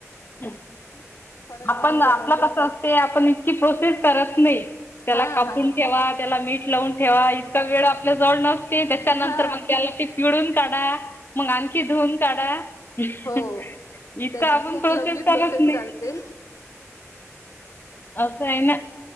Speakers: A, on the left; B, on the left.
A: हं
B: म्हणून
A: <unintelligible> आपण
B: मग मी बनवते
A: आपलं कसं असते, आपण इतकी प्रोसेस करत नाही त्याला
B: हा
A: कापून
B: हा
A: ठेवा त्या त्याला मीठ लावून ठेवा इतका वेळ आपल्या जवळ नसते त्याच्यानंतर
B: हा
A: मग त्याला ते.. पिळुन काढा मग आणखी धुन काढा इतकं
B: हो त्याची
A: आपण..
B: खूप
A: प्रोसेस
B: लंबी
A: करत नाही.
B: चालते
A: असं आहे ना?